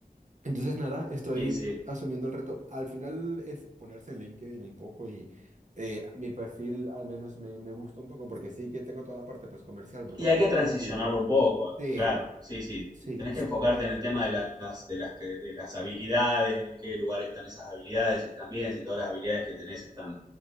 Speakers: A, on the right; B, on the right.
A: Entonces, nada, estoy
B: Y sí.
A: asumiendo el reto. Al final es ponerse en LinkedIn un poco y eh, mi perfil al menos me, me gusta un poco porque sí que tengo toda la parte pues comercial porque
B: Y
A: fue
B: hay
A: lo
B: que
A: que
B: transicionarlo
A: estudié.
B: un poco,
A: Sí,
B: claro, sí, sí.
A: sí,
B: Tenés
A: es-
B: que enfocarte en el tema de las, de las, que- de las habilidades, en qué lugar están esas habilidades, si están bien, si todas las habilidades que tenés están,